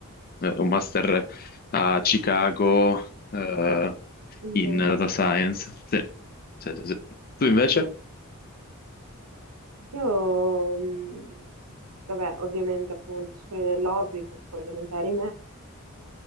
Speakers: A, on the left; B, on the right.
A: eh, un master a Chicago, eh,
B: interessante.
A: in data science. Sì, sì, sì, sì. Tu invece?
B: Mm. Io, mm, vabbè, ovviamente appunto scuole dell'obbligo, scuole elementari